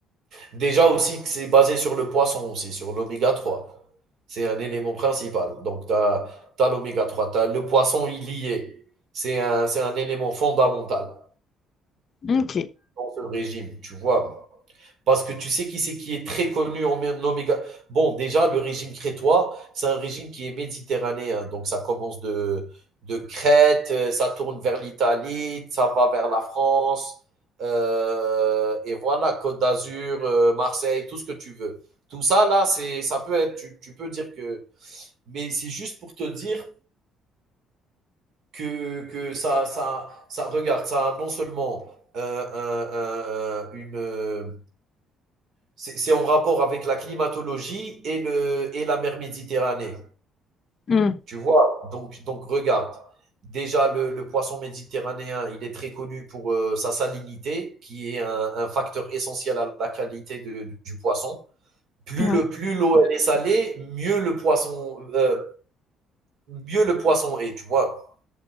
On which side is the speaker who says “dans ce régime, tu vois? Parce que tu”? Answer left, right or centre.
Right